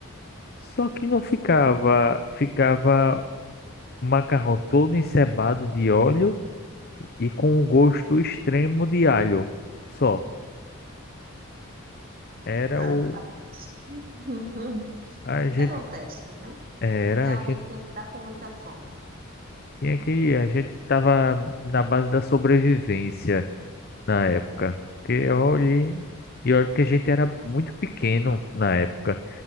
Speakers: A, on the left; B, on the right.
A: só que não ficava, ficava o macarrão todo encebado de óleo e com um gosto extremo de alho. Só era
B: Rapaz.
A: o
B: <laughs>
A: a gente
B: Era um teste, né?
A: era
B: Realmente
A: a gente
B: tinha que estar com muita fome.
A: tinha que a gente tava na base da sobrevivência na época. Porque olhe, e olha que a gente era muito pequeno na época.